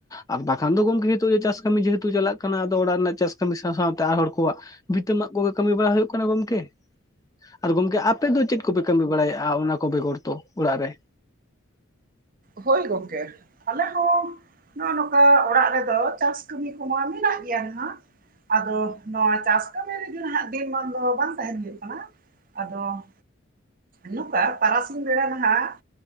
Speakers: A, on the left; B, on the right.
A: ᱟᱨ ᱵᱟᱠᱷᱟᱱ ᱫᱚ ᱜᱚᱢᱠᱮ ᱱᱤᱛᱚᱜ ᱫᱚ ᱪᱟᱥ ᱠᱟᱹᱢᱤ ᱡᱮᱦᱮᱛᱩ ᱪᱟᱞᱟᱜ ᱠᱟᱱᱟ, ᱟᱫᱚ ᱚᱲᱟᱜ ᱨᱮᱱᱟᱜ ᱪᱟᱥ ᱠᱟᱹᱢᱤ ᱥᱟᱶ ᱥᱟᱶᱛᱮ ᱟᱨ ᱦᱚᱲ ᱠᱚᱣᱟᱜ, ᱵᱷᱤᱛᱟᱹ ᱢᱟᱜ ᱠᱚᱜᱮ ᱠᱟᱹᱢᱤ ᱵᱟᱲᱟ ᱦᱩᱭᱩᱜ ᱠᱟᱱᱟ ᱜᱚᱢᱠᱮ᱾ ᱟᱨ ᱜᱚᱢᱠᱮ ᱟᱯᱮ ᱫᱚ ᱪᱮᱫ ᱠᱚᱯᱮ ᱠᱟᱹᱢᱤ ᱵᱟᱲᱟᱭᱮᱜᱼᱟ, ᱚᱱᱟ ᱠᱚ ᱵᱮᱜᱚᱨ ᱛᱚ ᱚᱲᱟᱜ ᱨᱮ?
B: ᱦᱳᱭ ᱜᱚᱝᱠᱮ᱾ ᱟᱞᱮ ᱦᱚᱸ ᱱᱚᱜᱼᱚ ᱱᱚᱝᱠᱟ ᱚᱲᱟᱜ ᱨᱮᱫᱚ, ᱪᱟᱥ ᱠᱟᱹᱢᱤ ᱠᱚᱢᱟ ᱢᱮᱱᱟᱜ ᱜᱮᱭᱟ ᱱᱟᱦᱟᱜ᱾ ᱟᱫᱚ ᱱᱚᱣᱟ ᱪᱟᱥ ᱠᱟᱹᱢᱤ ᱨᱮᱜᱮ ᱦᱟᱸᱜ, ᱫᱤᱱ ᱢᱟᱱ ᱫᱚ ᱵᱟᱝ ᱛᱟᱦᱮᱱ ᱦᱩᱭᱩᱜ ᱠᱟᱱᱟ᱾ ᱟᱫᱚ, ᱱᱚᱠᱟ ᱛᱟᱨᱟᱥᱤᱧ ᱵᱮᱲᱟ ᱱᱟᱦᱟᱜ